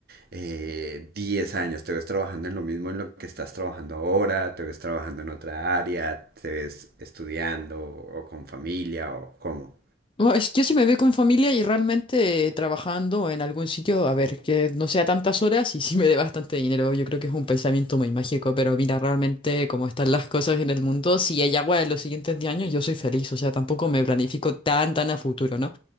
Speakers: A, on the right; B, on the left.
A: eh, 10 años? ¿Te ves trabajando en lo mismo en lo que estás trabajando ahora? ¿Te ves trabajando en otra área? ¿Te ves estudiando o con familia o cómo?
B: No, es- yo sí me veo con familia y realmente eh, trabajando en algún sitio, a ver, que no sea tantas horas y sí me dé bastante dinero. Yo creo que es un pensamiento muy mágico, pero mira, realmente como están las cosas en el mundo, si hay agua en los siguientes 10 años, yo soy feliz, o sea, tampoco me planifico tan, tan a futuro, ¿no?